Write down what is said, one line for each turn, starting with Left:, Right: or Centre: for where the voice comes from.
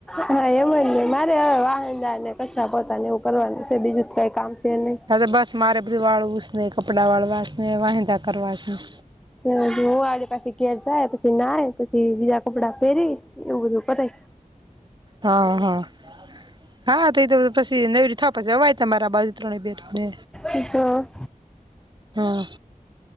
Centre: હા એમ જ ને મારે હવે વાહનદારને કચરા પોતાને એવું કરવાનું છે બીજું તો કાઈ કામ છે નય.
Right: હા બસ મારે બધું વાળવું જ ને કપડાં વાળવા શે ને વાહન દા કરવા છે.
Centre: અને જોઓ આજે પાછી ઘેર જાય પછી નાહ્ય પછી બીજા કપડા પેહરી એવું બધું કરે.
Right: હા હા હા તો એ તો પછી નવરી થાય પછી જવાય તમારા બા ત્રણે બેઠુંને.
Centre: ઈ તો
Right: હા